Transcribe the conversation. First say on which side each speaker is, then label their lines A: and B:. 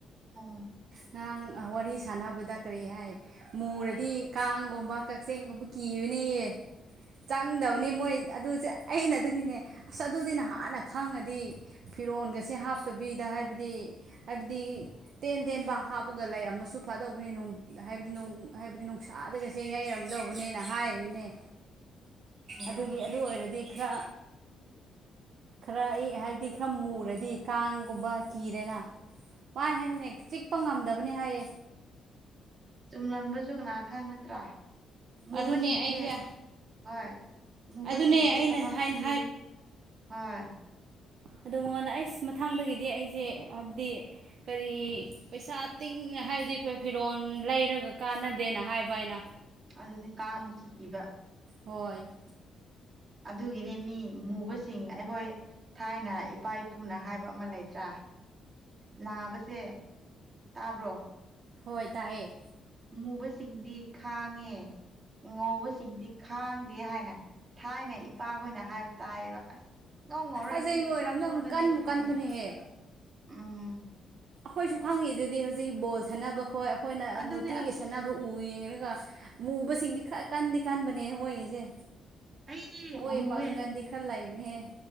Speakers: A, on the right (about 35°); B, on the right (about 65°).
A: ꯑ
B: ꯉꯔꯥꯡ ꯑ ꯋꯥꯔꯤ ꯁꯥꯟꯅꯕꯗ ꯀꯔꯤ ꯍꯥꯏ ꯃꯨꯔꯗꯤ ꯀꯥꯡꯒꯨꯝꯕ ꯀꯛꯆꯤꯡꯒꯨꯝꯕ ꯀꯤꯔꯅꯤꯌꯦ ꯈꯪꯗꯕꯅꯤ ꯃꯣꯏ ꯑꯗꯨꯁꯦ ꯑꯩꯅ ꯑꯗꯨꯅꯤꯅꯦ ꯑꯁ ꯑꯗꯨꯗꯤ ꯅꯍꯥꯟꯅ ꯈꯪꯉꯗꯤ ꯐꯤꯔꯣꯟꯒꯁꯦ ꯍꯥꯞꯇꯕꯤꯗ ꯍꯥꯏꯕꯗꯤ ꯍꯥꯏꯕꯗꯤ ꯇꯦꯟ ꯇꯦꯟꯕ ꯍꯥꯞꯄꯒ ꯂꯩꯥꯔꯝꯃꯁꯨ ꯐꯥꯗꯧꯕꯅꯦ ꯅꯣꯡ ꯍꯥꯏꯕꯗꯤ ꯅꯣꯡ ꯍꯥꯏꯕꯗꯤ ꯅꯨꯡꯁꯤꯠ ꯊꯥꯗꯒꯁꯦ ꯌꯩꯔꯝꯗꯧꯕꯅꯦꯅ ꯍꯥꯏꯔꯤꯅꯦ
A: ꯎꯝ
B: ꯑꯗꯨꯒꯤ ꯑꯗꯨ ꯑꯣꯏꯔꯗꯤ ꯈꯔ ꯈꯔ ꯏ ꯍꯥꯏꯕꯗꯤ ꯈꯔ ꯃꯨꯔꯗꯤ ꯀꯥꯡꯒꯨꯝꯕ ꯀꯤꯔꯦꯅ ꯃꯥꯅ ꯍꯥꯏꯅꯤꯅꯦ ꯆꯤꯛ ꯄ ꯉꯝꯗꯕꯅꯤ ꯍꯥꯏꯌꯦ꯫
A: ꯆꯨꯝꯂꯝꯕꯁꯨ ꯀꯅꯥ ꯈꯪ ꯅꯠꯇ꯭ꯔꯥ ꯃꯨꯕꯁꯤꯡꯁꯦ
B: ꯑꯗꯨꯅꯦ ꯑꯩꯁꯦ
A: ꯍꯣꯏ ꯃꯨꯕꯁꯤꯡꯁꯦ
B: ꯑꯗꯨꯅꯦ ꯑꯩꯅ
A: ꯊꯕꯛꯇꯤ
B: ꯍꯥꯏꯅ
A: ꯍꯣꯏ
B: ꯑꯗꯨ ꯃꯉꯣꯟꯗ ꯑꯩꯁ ꯃꯊꯥꯡꯗꯒꯤꯗꯤ ꯑꯩꯁꯦ ꯍꯥꯏꯕꯗꯤ ꯀꯔꯤ ꯄꯩꯁꯥ ꯇꯤꯡ ꯍꯥꯏꯕꯗꯤ ꯐꯤꯔꯣꯜ ꯂꯩꯔꯒ ꯀꯥꯟꯅꯗꯦꯅ ꯍꯥꯏꯕ ꯑꯩꯅ꯫
A: ꯑꯗꯨꯅꯤ ꯀꯥꯡꯃꯨꯛ ꯊꯤ ꯏꯕ
B: ꯍꯣꯏ
A: ꯑꯗꯨꯒꯤꯅꯦ ꯃꯤ ꯃꯨꯕꯁꯤꯡ ꯑꯩꯈꯣꯏ ꯊꯥꯏꯅ ꯏꯄꯥ ꯏꯄꯨꯅ ꯍꯥꯏꯕ ꯑꯃ ꯂꯩꯇ꯭ꯔꯥ꯫ ꯅꯥꯕꯁꯦ ꯇꯥꯕ꯭ꯔꯣ
B: ꯍꯣꯏ ꯇꯥꯏꯌꯦ
A: ꯃꯨꯕꯁꯤꯡꯗꯤ ꯈꯥꯡꯉꯦ ꯉꯧꯕꯁꯤꯡꯗꯤ ꯈꯥꯡ ꯇꯤ ꯍꯥꯏꯅ ꯊꯥꯏꯅ ꯏꯄꯥꯈꯣꯏꯅ ꯍꯥꯏꯕ ꯇꯥꯏꯌꯦꯕ ꯑꯁ ꯉꯧ ꯉꯧꯔ
B: ꯑꯁꯦꯡꯕ
A: ꯏꯁꯣꯟ
B: ꯑꯣꯏꯔꯝꯅ
A: ꯁꯣꯟꯕꯅꯦ
B: ꯀꯟꯕꯨ
A: ꯍꯥꯏꯌꯦ
B: ꯀꯟꯕꯅꯦꯍꯦ
A: ꯎꯝ
B: ꯑꯩꯈꯣꯏꯁꯨ ꯈꯪꯉꯤꯗꯨꯗꯤ ꯍꯧꯖꯤꯛ ꯕꯣꯜ ꯁꯥꯟꯅꯕ ꯈꯣꯏ ꯑꯩꯈꯣꯏꯅ
A: ꯑꯗꯨꯅꯦ
B: ꯅꯨꯇꯤꯒꯤ
A: ꯑꯁ
B: ꯁꯥꯟꯅꯕ ꯎ ꯌꯦꯡꯔꯒ ꯃꯨꯕꯁꯤꯡꯗꯤ ꯈꯔ ꯀꯟꯗꯤ ꯀꯟꯕꯅꯦ ꯃꯣꯏꯒꯤꯁꯦ
A: ꯑꯩꯗꯤ
B: ꯃꯣꯏ
A: ꯃꯨꯋꯦ
B: ꯄꯥꯡꯒꯟꯗꯤ ꯈꯔ ꯂꯩꯕꯅꯦꯍꯦ